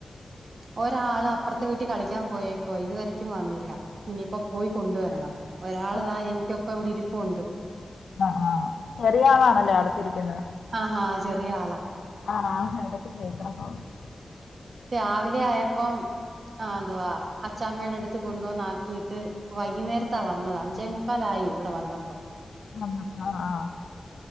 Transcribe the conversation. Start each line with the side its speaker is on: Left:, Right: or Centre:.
Right: ഒരാള് അപ്പുറത്തെ വീട്ടിൽ കളിക്കാൻ പോയേക്കോ ഇത്വരക്കും വന്നില്ല ഇനിയിപ്പോ.. പോയി കൊണ്ടുവരണം. ഒരാൾ
Left: ആ
Right: താ എനിക്കൊപ്പ ഇവിടെ ഇരിപ്പുണ്ട്.
Left: ആ ആചെറിയ ആളാണല്ലേ അടുത്തിരിക്കുന്നത്.
Right: ആഹാ ചെറിയ ആളാ.
Left: ആഹ് എടക്ക് കേക്കണ് സൗണ്ട്.
Right: രാവിലെ ആയപ്പം.. ആ അഥവാ അച്ചാമ്മയുടെ അടുത്ത് കൊണ്ടുവന്നാക്കിയിട്ട് വൈകുന്നേരത്താ വന്നത് അഞ്ചേമു.. ക്കലായി ഇവിടെ വന്നപ്പം.
Left: പ്പ് ണ ന്നപ്പോ ആ ആഹ്